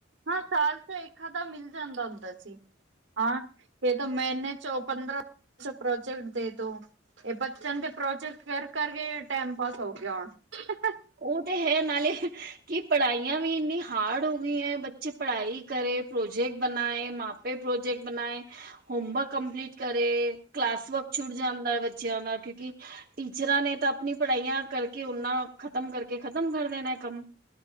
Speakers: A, on the right (about 70°); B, on the right (about 50°).
A: ਹਾਂ ਸਾਲ਼ ਚ ਇੱਕ ਅੱਧਾ ਮਿਲ ਜਾਂਦਾ ਹੁੰਦਾ ਸੀ। ਹਾਂ ਇਹ ਤਾਂ ਮੈਨੇ ਚੌ ਪੰਦਰਾਂ ਅੱਛਾ ਪ੍ਰੋਜੈਕਟ ਦੇ ਦੋ, ਇਹ ਬੱਚਨ ਦੇ ਪ੍ਰੋਜੈਕਟ ਕਰ ਕਰਕੇ ਟਾਈਮ ਪਾਸ ਹੋ ਗਿਆ ਹੁਣ। <unintelligible>
B: ਉਹ ਤੇ ਹੈ ਨਾਲੇ ਕਿ ਪੜ੍ਹਾਈਆਂ ਵੀ ਇੰਨੀ ਹਾਰਡ ਹੋ ਗਈਆਂ ਬੱਚੇ ਪੜ੍ਹਾਈ ਕਰੇ ਪ੍ਰੋਜੈਕਟ ਬਣਾਏ ਮਾਪੇ ਪ੍ਰੋਜੈਕਟ ਬਣਾਏ ਹੋਮਵਰਕ ਕੰਪਲੀਟ ਤੇ ਕਲਾਸ ਵਰਕ ਛੁੱਟ ਜਾਂਦਾ ਏ ਬੱਚਿਆਂ ਨਾਲ ਕਿਉਂਕਿ ਟੀਚਰਾਂ ਨੇਂ ਤਾਂ ਆਪਣੀ ਪੜ੍ਹਾਈਆਂ ਕਰਕੇ ਓਨਾਂ ਖ਼ਤਮ ਕਰਕੇ ਖ਼ਤਮ ਕਰ ਦੇਣਾ। ਕੰਮ